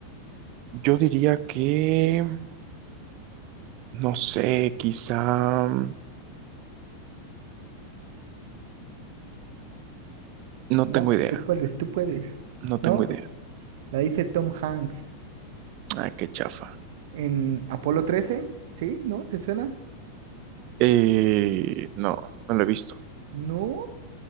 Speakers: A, on the right; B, on the right.
A: Yo diría que, no sé, quizá... mm, No
B: Vamos,
A: tengo idea.
B: tú puedes, tú puedes.
A: No
B: ¿No?
A: tengo idea.
B: La dice Tom Hanks
A: Ah, qué chafa.
B: en Apolo trece ¿sí? ¿No? ¿Te suena?
A: Eh, no, no lo he visto.
B: No.